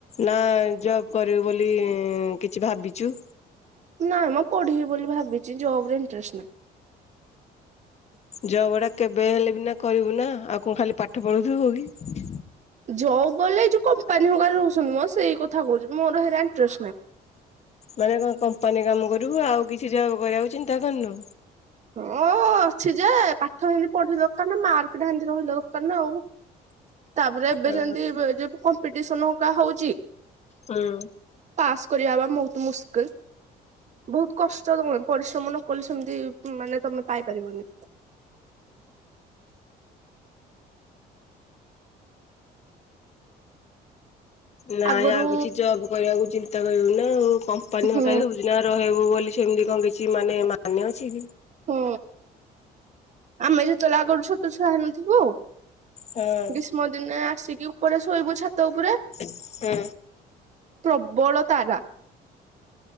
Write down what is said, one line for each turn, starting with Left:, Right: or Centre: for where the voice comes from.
Left: ନା ଜବ କରିବୁ ବୋଲି କିଛି ଭାବିଛୁ?
Right: ନାଇଁ ମୁଁ ପଢିବି ବୋଲି ଭାବିଛି ଜବ ରେ ଇଣ୍ଟରେଷ୍ଟ ନାହିଁ।
Left: ଜବ ଟା କେବେ ହେଲେ ବି ନା କରିବୁ ନା ଆଉ କଣ ଖାଲି ପାଠ ପଢୁଥିବ ହଉ କି।
Right: ଜବ୍ କଲେ ଏ ଯୋଉ କମ୍ପାନୀ ହରେ ରହୁଛନ୍ତି ମ ସେଇ କଥା କହୁଛି ମୋରଣ୍ଟଷ୍ଟ ନାହିଁ।
Left: ମାନେ କଣ କମ୍ପାନୀ କାମ କରୁୁ ଆଉ କିଛି ଜବ୍ କରିବାକୁ ଚିନ୍ତା କରିନୁ?
Right: ହଁ ଅଛି ଯେ ପାଠ ଏତି ପଢିଲ ଦରକାର ନା ମାର୍କଟାତି ରହିଲ ଦରକାର ନା ଆଉ। ତାପରେ ଏବେ
Left: ଅ
Right: ଯେମିତି କମ୍ପିଟିସନା ହଉଛି।
Left: ହଁ।
Right: ପାସ୍ କରିବା ବା ବହୁତ ମୁସ୍କିଲ। ବହୁତ କଷ୍ଟ ତମେ ପରିଶ୍ରମ ନ କଲେ ସେମିତି ମାନେ ତମେ ପାଇପାରିବନି।
Left: ନାଇଁ
Right: ଆଗରୁ
Left: ଆଉ କିଛି ଜବ୍ କରିବାକୁ ଚିନ୍ତା କରିବୁ ନା ଆଉ କମ୍ପାନୀ
Right: ହୁଁ
Left: ହଉଛି ନା ହବ ବୋଲି ସେମିତି କଣ କିଛି ମାନେ ମାନେ ଅଛି
Right: ହଁ ଆମେ ଯେତେବେଳେ ଆଗରୁ ଛୋଟ ଛୁଆ ହେନଥିବୁ ଆଉ
Left: ହଁ।
Right: ଗ୍ରୀଷ୍ମ ଦିନେ ଆସିକି ଉପରେ ଶୋଇବୁ ଛାତ ଉପରେ
Left: ହୁଁ।
Right: ପ୍ରବଳ ତାରା।